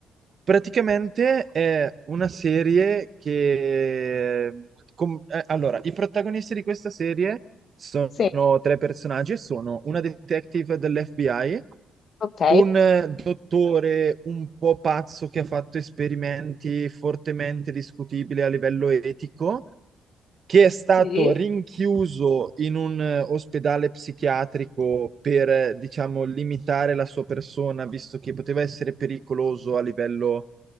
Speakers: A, on the right (about 50°); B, on the left (about 55°).
A: praticamente è una serie che... com- eh, allora, i protagonisti di questa serie sono
B: Sì.
A: tre personaggi e sono una detective dell'FBI,
B: Ok.
A: un eh, dottore un po' pazzo che ha fatto esperimenti fortemente discutibili a livello etico che è stato
B: Sì.
A: rinchiuso in un eh, ospedale psichiatrico per, eh, diciamo, limitare la sua persona, visto che poteva essere pericoloso a livello